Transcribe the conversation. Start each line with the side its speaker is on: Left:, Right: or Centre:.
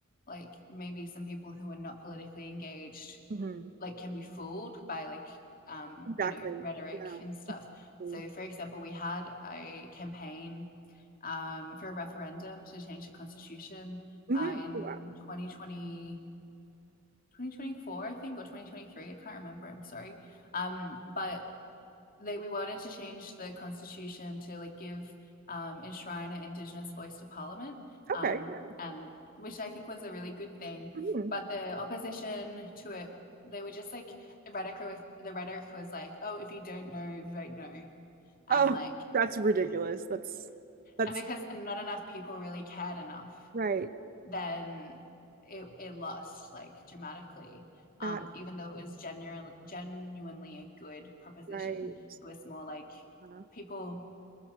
Left: like maybe some people who are not politically engaged
Right: mhm.
Left: like can be fooled by like um,
Right: Exactly.
Left: you know rhetoric
Right: Yeah.
Left: and stuff.
Right: Mm.
Left: So for example, we had a campaign um, for a referendum to change the constitution
Right: Mhm.
Left: uh, in
Right: Wow.
Left: 2020. 2024, I think, or 2023. I can't remember. I'm sorry. Um, but they, we wanted to change the constitution to like give um, enshrine an Indigenous voice to Parliament,
Right: Okay.
Left: um,
Right: Yeah.
Left: and which I think was a really good thing.
Right: Mhm.
Left: But the opposition to it, they were just like the rhetoric was the rhetoric was like, oh, if you don't know, vote no, and
Right: Oh,
Left: like
Right: that's ridiculous. That's that's
Left: and because not enough people really cared enough
Right: right.
Left: then it it lost like dramatically. Um,
Right: That
Left: even though it was genuinely genuinely a good proposition,
Right: right.
Left: it was more like
Right: Yeah.
Left: people.